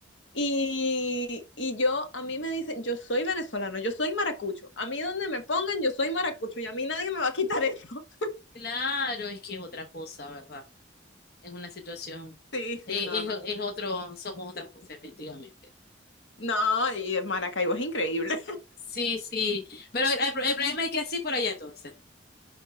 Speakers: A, on the left; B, on the left.
A: Y, y yo, a mí me dicen, yo soy venezolano, yo soy maracucho. A mí donde me pongan, yo soy maracucho y a mí nadie me va a quitar eso. <laughs>
B: Claro, es que es otra cosa, ¿verdad? Es una situación,
A: Sí, sí,
B: eh,
A: no,
B: es,
A: no.
B: es otro, somos otra cosa, efectivamente.
A: No, y el Maracaibo es increíble.
B: Sí, sí. Pero el, el pro- el problema es que sí por allá entonces.